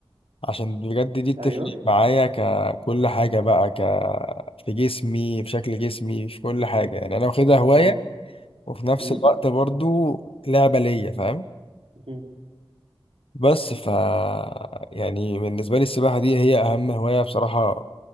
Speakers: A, on the left; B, on the right.
A: عشان بجد دي بتفرق
B: ايوه
A: معايا ككل حاجة بقى ك في جسمي في شكل جسمي في كل حاجة يعني أنا واخدها هواية
B: اه
A: وفي نفس
B: امم
A: الوقت برضو لعبة ليا فاهم
B: مهم.
A: بس ف يعني بالنسبة لي السباحة دي هي أهم هواية بصراحة